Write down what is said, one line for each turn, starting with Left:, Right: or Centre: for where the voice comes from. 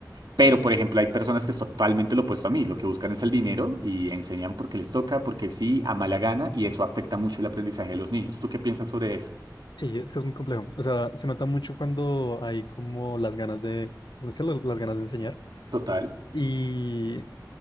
Right: Pero, por ejemplo, hay personas que es totalmente lo opuesto a mí. Lo que buscan es el dinero y enseñan porque les toca, porque sí, a mala gana, y eso afecta mucho el aprendizaje de los niños. ¿Tú qué piensas sobre eso?
Left: Sí, es que es muy complejo. O sea, se nota mucho cuando hay como las ganas de, ¿cómo decirlo? Las ganas de enseñar.
Right: Total.
Left: Y